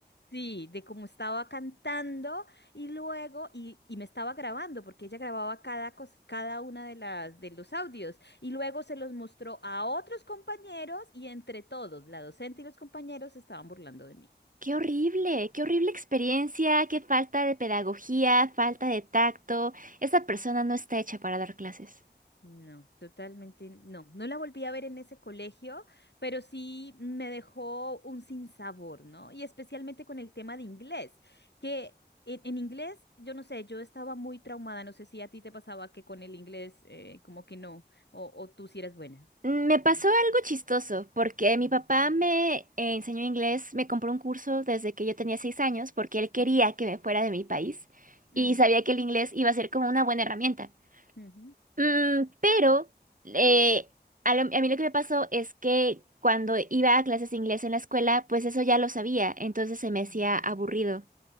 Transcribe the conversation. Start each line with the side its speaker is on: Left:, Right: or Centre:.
Left: sí, de cómo estaba cantando y luego, y, y me estaba grabando, porque ella grababa cada, cos- cada una de las, de los audios, y luego se los mostró a otros compañeros y entre todos, la docente y los compañeros se estaban burlando de mí.
Right: Qué horrible, qué horrible experiencia, qué falta de pedagogía, falta de tacto. Esa persona no está hecha para dar clases.
Left: No, totalmente no. No la volví a ver en ese colegio, pero sí me dejó un sinsabor, ¿no? Y especialmente con el tema de inglés, que en, en inglés, yo no sé, yo estaba muy traumada, no sé si a ti te pasaba que con el inglés eh, como que no, o, o tú sí eres buena.
Right: Me pasó algo chistoso, porque mi papá me eh, enseñó inglés, me compró un curso desde que yo tenía seis años, porque él quería
Left: Ujú.
Right: que me fuera de mi país
Left: Mm,
Right: y sabía que el inglés iba a ser como una buena herramienta.
Left: ujú.
Right: Mm, pero eh, a, lo- a mí lo que me pasó es que cuando iba a clases de inglés en la escuela, pues eso ya lo sabía, entonces se me hacía
Left: Mm,
Right: aburrido.